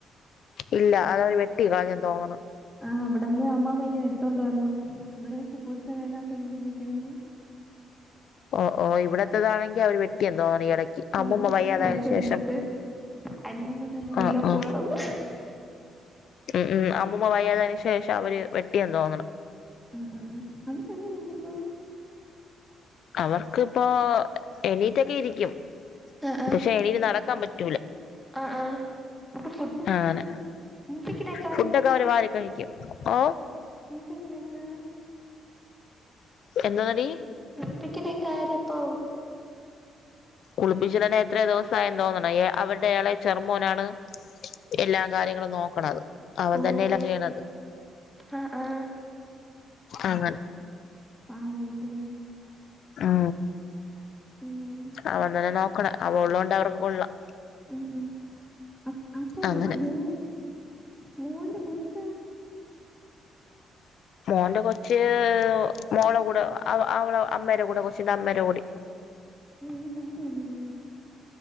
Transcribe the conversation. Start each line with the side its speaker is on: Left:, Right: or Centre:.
Left: ഇല്ല അതത് വെട്ടി കളഞ്ഞൻ തോന്നണ്
Centre: ആ അവിടെന്ന് അമാമ്മ ഇങ്ങനെ എടുത്തോണ്ട് വന്ന് ഇവിടെ വെച്ചച്ച് പടിച്ചതന്നാ ഫ്രണ്ടിൽ നിക്കണത് <unintelligible>
Left: ഓ ഓ ഇവിടത്തതാണെങ്കി അവര് വെട്ടിയെന്ന് തോന്നാണ് ഈ ഇടക്ക് അമ്മൂമ്മ
Centre: ഞാൻ
Left: വയ്യാതായതിനന്
Centre: പറഞ്ഞ് അച്ഛന്റെടുത്ത്
Left: ശേഷം
Centre: അനിയൻ കുട്ടൻ മുല്ലപൂ
Left: ആ ആ
Centre: വേണോന്ന്
Left: ഉം ഉം അമ്മൂമ്മ വയ്യാതു ശേഷം അവര് വെട്ടിയന്ന് തോന്നണ്
Centre: ആ ഉ ഉ അവർക്ക് എങ്ങനെയുണ്ട് ഇപ്പോ
Left: അവർക്ക് ഇപ്പോ എണീറ്റൊക്കെ ഇരിക്കും
Centre: ആഹ് ആഹ്
Left: പക്ഷെ എണീറ്റ് നടക്കാൻ പറ്റും
Centre: ആഹ് ആഹ് അപ്പൊ ഫുഡൊക്കെ
Left: ആണ്
Centre: കുളിപ്പിക്കണൊക്കെ ആര്
Left: ഫുഡൊക്കെ അവര് വാരി കഴിക്കും ഓ
Centre: കുളിപ്പിക്കണൊക്കെ
Left: എന്താെന്നടി
Centre: കുളിപ്പിക്കണേക്കാ ആരഅപ്പോം
Left: കുളിപ്പിച്ചട്ടന്നെ എത്രയ ദിവസയി എന്ന് തോന്നണ് അവരുടെഎളയ ചെറമോനാണ് എല്ലാ കാര്യങ്ങളും നോക്കണത് അവൻ
Centre: ഓഹ്
Left: തന്നെല്ല ചെയ്യണത്
Centre: ആഹ് ആഹ്
Left: അങ്ങല്ല
Centre: പാവല്ലേ
Left: ഉ
Centre: ഉം
Left: അവൻ തന്നെ നോക്കണ അവൻ ഉള്ളോണ്ട് അവർക്ക് കൊള്ളാം
Centre: മ് മ്മ് അ അപ്പൊ
Left: അങ്ങനെ
Centre: മോ മോന്റെ കൊച്ച
Left: മോന്റെ കൊച്ച് മോള കൂടെ ആള അമ്മേകുടെ കൊച്ചിന്റെ അമ്മേട കൂടി ഇ
Centre: ഇ ഇനി കൊണ്ട വന്ന